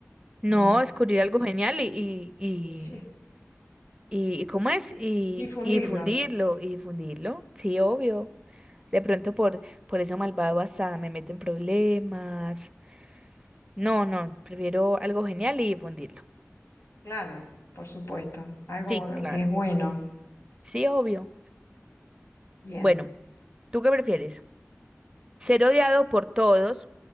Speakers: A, on the right; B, on the left.
A: No,
B: mm,
A: descubrir algo genial y, y, y
B: y sí,
A: ¿Y y cómo es? Y,
B: difundirlo,
A: y difundirlo, y difundirlo, sí, obvio. De pronto por, por eso malvado hasta me meto en problemas. No, no, prefiero algo genial y difundirlo.
B: claro, por supuesto, algo
A: Sí, claro,
B: que es bueno,
A: sí, obvio.
B: bien.
A: Bueno, ¿tú qué prefieres? ¿Ser odiado por todos,